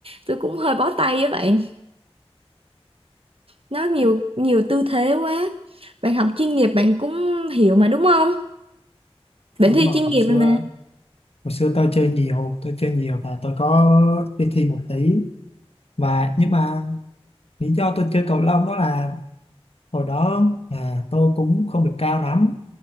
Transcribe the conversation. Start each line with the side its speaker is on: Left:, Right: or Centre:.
Right: tôi cũng hơi bó tay với bạn. Nó nhiều nhiều tư thế quá. Bạn học chuyên nghiệp bạn cũng hiểu mà đúng không? Bạn
Left: đúng
Right: thi
Left: rồi
Right: chuyên
Left: hồi
Right: nghiệp
Left: xưa
Right: rồi mà.
Left: hồi xưa tôi chơi nhiều tôi chơi nhiều và tôi có đi thi một tí và nhưng mà lý do tôi chơi cầu lông đó là hồi đó à, tôi cũng không được cao lắm